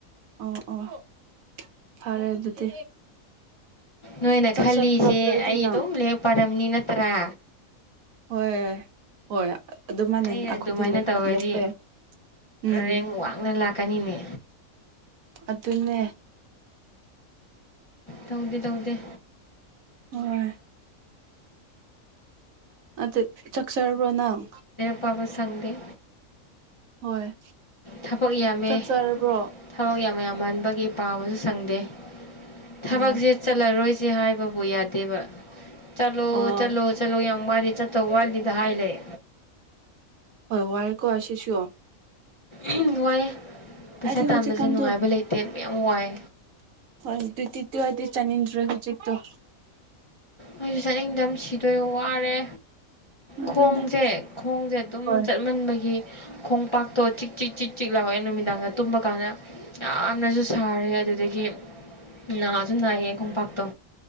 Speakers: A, on the right; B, on the left.
A: ꯑꯣ ꯑꯣ ꯐꯔꯦ ꯑꯗꯨꯗꯤ
B: ꯅꯣꯏꯅ
A: ꯆꯥꯛ
B: ꯈꯜꯂꯤꯁꯦ
A: ꯆꯥꯕ꯭ꯔꯣ ꯑꯗꯨꯗꯤ
B: ꯑꯩ
A: ꯅꯪ
B: ꯑꯗꯨꯝ ꯂꯥꯢꯔꯤꯛ ꯄꯥꯔꯝꯅꯤ ꯅꯠꯇ꯭ꯔꯥ
A: ꯍꯣꯏ ꯍꯣꯏ ꯑꯗꯨꯃꯥꯏꯅꯅꯦ
B: ꯑꯩꯅ
A: ꯑꯩꯈꯣꯏꯗꯤ
B: ꯑꯗꯨꯃꯥꯏꯅ ꯇꯧꯔꯗꯤ
A: ꯂꯦꯞꯄꯦ ꯎꯝ
B: ꯔꯦꯡ ꯋꯥꯡꯅ ꯂꯥꯛꯀꯅꯤꯅꯦ
A: ꯑꯗꯨꯅꯦ
B: ꯇꯧꯗꯦ ꯇꯧꯗꯦ
A: ꯍꯣꯏ ꯑꯗꯨ ꯆꯥꯛ ꯆꯥꯔꯕ꯭ꯔꯣ ꯅꯪ
B: ꯆꯥꯕ ꯁꯪꯗꯦ
A: ꯍꯣꯏ
B: ꯊꯕꯛ ꯌꯥꯝꯃꯦ
A: ꯆꯥꯛ ꯆꯥꯔꯕ꯭ꯔꯣ
B: ꯊꯕꯛ ꯌꯥꯝ ꯌꯥꯝꯃꯟꯕꯒꯤ ꯄꯥꯕꯖꯨ ꯁꯪꯗꯦ꯫ ꯊꯕꯛꯖꯦ
A: ꯑꯣ
B: ꯆꯠꯂꯔꯣꯏꯁꯦ ꯍꯥꯏꯕꯕꯨ ꯌꯥꯗꯦꯕ ꯆꯠꯂꯣ-ꯆꯠꯂꯣ
A: ꯑꯣ
B: ꯆꯠꯂꯣ ꯌꯥꯝ ꯋꯥꯠꯂꯤ ꯆꯠꯇꯧ ꯋꯥꯠꯂꯤꯗ ꯍꯥꯏ ꯂꯩ꯫
A: ꯍꯣꯏ ꯋꯥꯢꯀꯣ ꯑꯁꯤꯁꯨ
B: ꯎꯝ ꯋꯥꯏꯌꯦ ꯄꯩꯁꯥ
A: ꯍꯥꯏꯗꯤ
B: ꯇꯥꯟꯕꯖꯦ
A: ꯍꯧꯖꯤꯛꯀꯥꯟꯗꯣ
B: ꯅꯨꯡꯉꯥꯏꯕ ꯂꯩꯇꯦ ꯃꯌꯥꯝ ꯋꯥꯏ꯫
A: ꯍꯣꯏ ꯗꯨꯗꯤꯗꯨ ꯑꯩꯗꯤ ꯆꯠꯅꯤꯡꯗ꯭ꯔꯦ ꯍꯧꯖꯤꯛꯇꯣ꯫
B: ꯑꯩꯖꯨ ꯆꯠꯅꯤꯡꯗꯝ ꯁꯤꯗꯣꯏ ꯋꯥꯔꯦ
A: ꯑꯗꯨꯅꯦ
B: ꯈꯣꯡꯖꯦ ꯈꯣꯡꯖꯦ ꯑꯗꯨꯝ
A: ꯍꯣꯏ
B: ꯆꯠꯃꯟꯕꯒꯤ ꯈꯣꯡꯄꯥꯛꯇꯣ ꯆꯤꯛ-ꯆꯤꯛ-ꯆꯤꯛ-ꯆꯤꯛ ꯂꯥꯎꯋꯦ ꯅꯨꯃꯤꯗꯥꯡꯗ ꯇꯨꯝꯕ ꯀꯥꯟꯗ꯫ ꯌꯥꯝꯅꯁꯨ ꯁꯥꯔꯦ ꯑꯗꯨꯗꯒꯤ ꯅꯥꯖꯨ ꯅꯥꯏꯌꯦ ꯈꯣꯡꯄꯥꯛꯇꯣ꯫